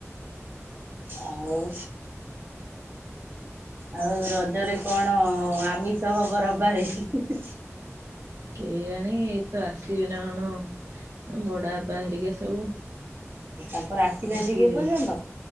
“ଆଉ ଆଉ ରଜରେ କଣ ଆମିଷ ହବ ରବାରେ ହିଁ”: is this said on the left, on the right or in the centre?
Right